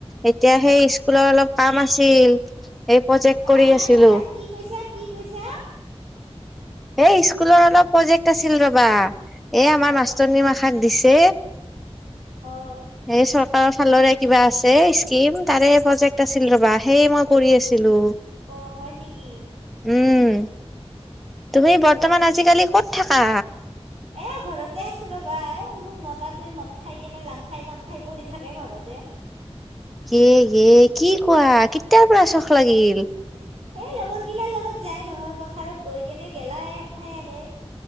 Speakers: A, in the centre; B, on the right (about 75°).
A: এতিয়া সেই স্কুলৰ অলপ কাম আছিল। এই প্ৰজেক্ট
B: হা
A: কৰি
B: হা
A: আছিলো
B: হা? কি কৈছা? কি কৈছা?
A: এ স্কুলৰ অলপ প্ৰজেক্ট আছিল ৰ'বা। এই আমাৰ
B: অ
A: মাষ্টৰনী মাখ ক দিছে।
B: অ
A: এই চৰকাৰৰ ফালৰে কিবা আছে স্কিম, তাৰে প্ৰজেক্ট আছিল ৰ'বা, সেই মই কৰি আছিলো।
B: অ', হয় নিকি।
A: উম, তুমি বৰ্তমান
B: অ
A: আজিকালি ক'ত থাকা।
B: এই ঘৰতে আছোঁ ৰ'বা, এই মোৰ মতাটো মদ খাই কেনে লাং খাই বাং খাই পৰি থাকে ঘৰতে।
A: য়ে-য়ে কি কোৱা, কেতিয়াৰ পৰা চখ লাগিল।
B: এই লগৰ গিলাৰ লগত যায় নহয়, পথাৰত গৈ কেনে গেলাই খাই আহে।